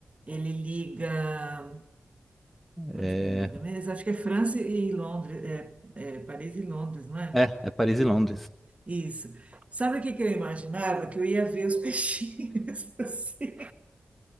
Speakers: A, on the right; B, in the centre.
A: Ele liga, onde
B: é,
A: que ele liga mesmo? Acho que é França e Londres, é, é Paris e Londres, não é?
B: é, é Paris e Londres.
A: Isso. Sabe o que que eu imaginava? Que eu ia ver os peixinhos, <laughs> assim.